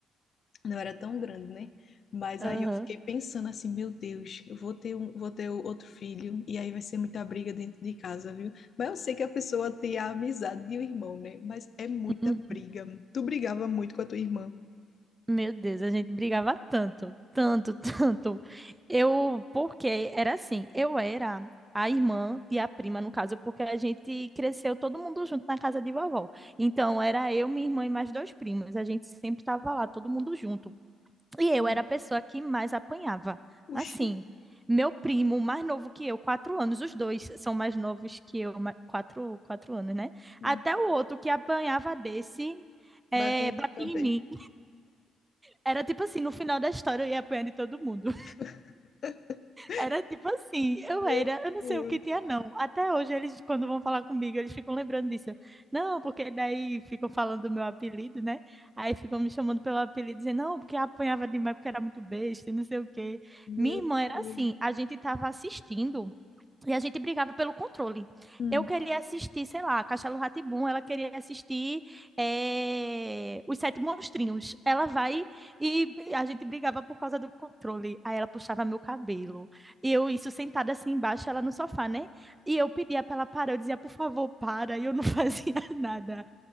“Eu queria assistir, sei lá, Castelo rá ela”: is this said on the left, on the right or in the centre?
Right